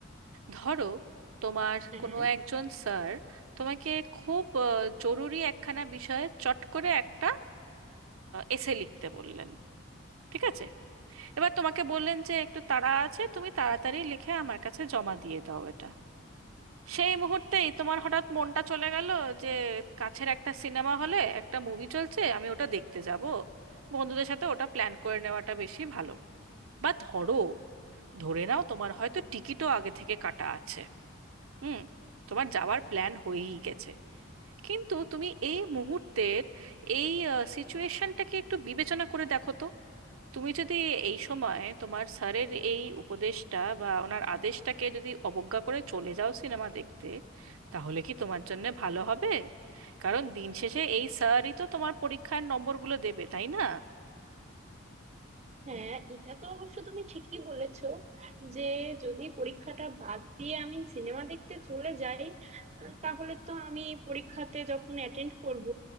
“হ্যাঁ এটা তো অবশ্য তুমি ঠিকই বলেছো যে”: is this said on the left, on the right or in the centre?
Right